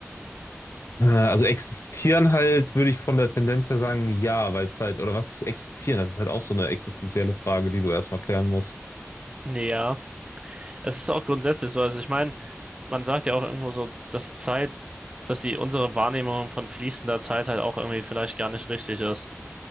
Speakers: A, on the left (about 70°); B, on the right (about 20°).
A: Äh, Also existieren halt, würde ich von der Tendenz her sagen, ja, weil es halt, oder was ist existieren? Das ist halt auch so eine existenzielle Frage, die du erstmal klären musst.
B: Ja. Es ist auch grundsätzlich so. Also ich meine, man sagt ja auch irgendwo so, dass Zeit, dass die unsere Wahrnehmung von fließender Zeit halt auch irgendwie vielleicht gar nicht richtig ist.